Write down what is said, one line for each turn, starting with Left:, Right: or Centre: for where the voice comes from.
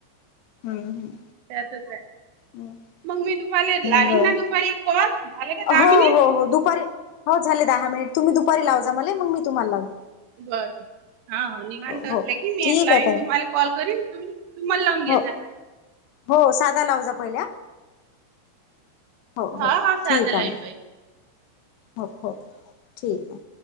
Left: हम्म म,
Right: त्यातच हाय
Left: हम्म,
Right: मगं मी तुमाले
Left: हम्म
Right: लावीन ना दुपारी एक कॉल, झाले का दहा
Left: हो
Right: मिनिट?
Left: हो हो दुपारी हो झाले दहा मिनिट, तुम्ही दुपारी लाव जा मले मगं मी तुम्हला लावीन.
Right: बरं -बरं, हा-हा, निवांत
Left: हो
Right: असले की मी
Left: ठीक
Right: एक लाविन
Left: आहे ताई
Right: तुम्हाला कॉल करीन, तुमी मला लावून घे
Left: हो
Right: जा.
Left: हो साधा लाव जा पहिल्या हो
Right: हा
Left: हो
Right: -हा साधा
Left: ठीक आहे
Right: लाविन पहिले.
Left: हो, हो ठीक ये.